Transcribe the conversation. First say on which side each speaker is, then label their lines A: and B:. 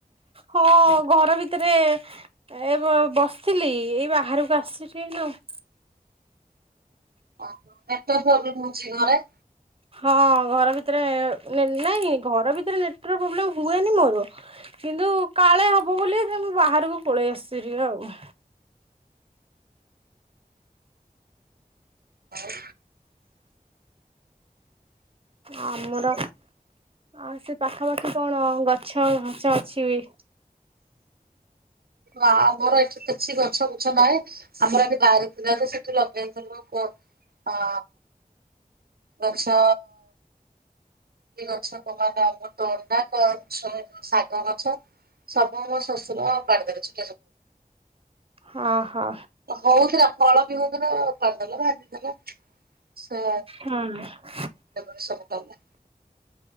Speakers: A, on the right; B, on the right.
A: ହଁ ଘର ଭିତରେ ଏ ବ-ବସିଥିଲି ଏଇ ବାହାରୁକୁ ଆଶୁଚି ଏଇନା ଆଉ।
B: ଓହୋ ନେଟୱାର୍କ ପ୍ରୋବ୍ଲେମ ହଉଚି ଘରେ।
A: ହଁ ଘର ଭିତରେ ନେ-ନାଇଁ ଘର ଭିତରେ ନେଟୱାର୍କ ପ୍ରୋବ୍ଲେମ୍ ହୁଏନି ମୋର। କିନ୍ତୁ କାଳେ ହବ ବୋଲି ତେଣୁ ବାହାରୁକୁ ପଳେଇ ଆସିଚି ଟିକେ ଆଉ।
B: ଆଉ
A: ଆମର ଆ ସେ ପାଖାପାଖି କଣ ଗଛ ଗଛ ଅଛି ବି।
B: ଆ ଆମର ଏଠି କିଛି ଗଛ ଗୁଛ ନାହିଁ। ଆମର ଆଗେ ବାରି ଥିଲା ଯେ ସେଠି ଲଗେଇଥିଲୁ ପୋ ହଁ। ଗଛ କି ଗଛ <inaudible> ଅମୃତଭଣ୍ଡା ଗଛ ଏବଂ ଶାଗ ଗଛ। ସବୁ ମୋ ଶଶୁର ଓପାଡ଼ିଦେଲେ <unintelligible>
A: ହଁ ହଁ।
B: ହଉଥିଲା ଫଳ ବି ହଉଥୁଲା ଓପାଡ଼ିଦେଲା ଭାଜିଦେଲା ସେଇଆ
A: ହୁଁ।
B: ତା ପରେ ସବୁ ଗଲା।